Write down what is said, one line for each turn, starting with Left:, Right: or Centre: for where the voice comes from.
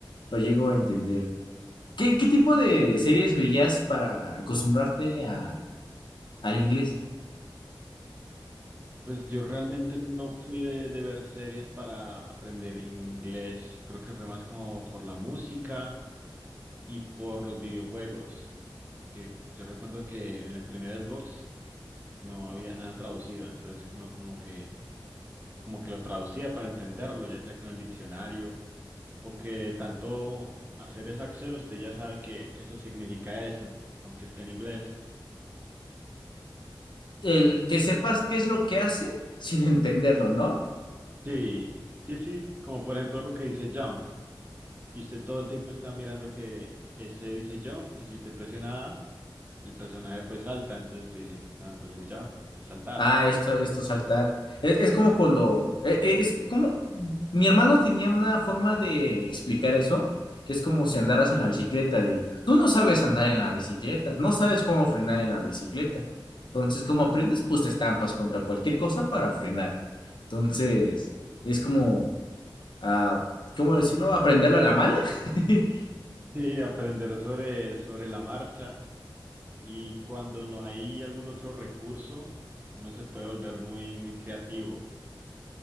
Left: lo llego a entender. ¿Qué, qué tipo de series veías para acostumbrarte a, al inglés?
Right: Pues yo realmente no fui de, de ver series para aprender inglés. Creo que fue más como por la música y por los videojuegos. Porque yo recuerdo que en el primer Xbox no había nada traducido. Entonces uno como que, como que lo traducía para entenderlo, ya sea con el diccionario o que de tanto hacer esa acción usted ya sabe que eso significa eso, aunque esté en inglés.
Left: El que sepas qué es lo que hace sin <laughs> entenderlo, ¿no?
Right: Sí, sí, sí, como por ejemplo algo que dice jump y usted todo el tiempo está mirando que ese dice jump y si usted presiona A, el personaje pues salta, entonces usted dice, no, entonces jump es saltar.
Left: Ah, esto,
Right: <laughs>
Left: esto saltar. Es, es como cuando, e- e- es, como, mi hermano tenía una forma de explicar eso, que es como si andaras en la bicicleta, de, tú no sabes andar en la bicicleta, no sabes cómo frenar en la bicicleta. Entonces, como aprendes, pues te estampas contra cualquier cosa para frenar. Entonces, es como, ah, ¿cómo decirlo? Aprenderlo a la mala. <laughs>
Right: Sí, aprender sobre, sobre la marcha y cuando no hay algún otro recurso, uno se puede volver muy, muy creativo.